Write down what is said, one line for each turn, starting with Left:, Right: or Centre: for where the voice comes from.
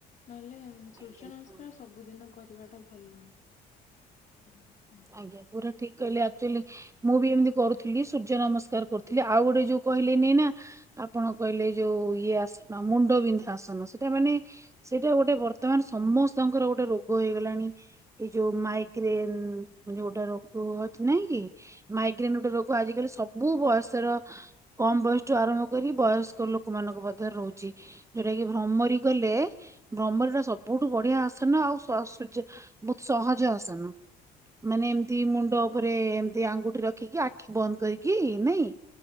Left: ନହେଲେ ଉ ସୂର୍ଯ୍ୟ
Right: ଆଜ୍ଞା
Left: ନମସ୍କାର
Right: ହଁ।
Left: ସବୁଦିନ- କରିବା ଟା ଭଲ କରିବା କଥା।
Right: ଆଜ୍ଞା ପୁରା ଠିକ୍ କହିଲେ ଆକ୍ଚୁଆଲି। ମୁଁ ବି ଏମିତି କରୁଥିଲି ସୂର୍ଯ୍ୟ ନମସ୍କାର କରୁଥିଲି ଆଉ ଗୋଟେ ଯୋଉ କହିଲେନି ନା- ଆପଣ କହିଲେ ଯୋଉ ଇଏ ଆସନ ମୁଣ୍ଡବିନ୍ଧା ଆସନ ସେଟା ମାନେ- ସେଇଟା ଗୋଟେ ବର୍ତ୍ତମାନ ସମସ୍ତଙ୍କର ଗୋଟେ ରୋଗ ହେଇଗଲାଣି। ଏ ଯୋଉ ମାଇକ୍ରେନ୍- ଯୋଉଟା ରୋଗ ହଛି ନାଇଁ କି ମାଇକ୍ରେନ ଗୋଟେ ରୋଗ ଆଜିକାଲି ସବୁ ବୟସର- କମ ବୟସଠୁ ଆରମ୍ଭ କରି ବୟସ୍କ ଲୋକମାନାନଙ୍କ ମଧ୍ୟରେ ରହୁଛି। ଯୋଉଟା କି ଭ୍ରମରି ଗଲେ- ଭ୍ରମର ତ ସବୁଠୁ ବଢିଆ ଆସନ ଆଉ ସ ସୁଜ୍ ବହୁତ ସହଜ ଆସନ ମାନେ ଏମତି ମୁଣ୍ଡ ଉପରେ ଏମିତି ଆଙ୍ଗୁଠି ରଖିକି ଆଖି ବନ୍ଦ କରିକି ନାଇଁ।